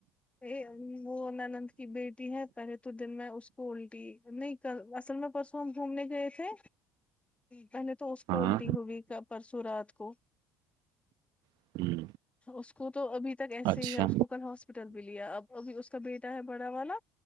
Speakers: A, on the left (about 15°); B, on the right (about 65°).
A: ا وہ انانند کی بیٹی ہے پہلے تو دن میں اس کو الٹی نہیں تو اصل میں پرسوں ہم گھومنے گئے تھے پہلے تو اس کو
B: ہاں
A: الٹی ہوگئی پرسوں رات کو
B: ہوں
A: اس کو تو ابھی تک ایسے
B: اچھا
A: ہی ہے اس کو کل ہاس ٹل بھی لیا اب ابھی اس کا بیٹا ہے بڑا والا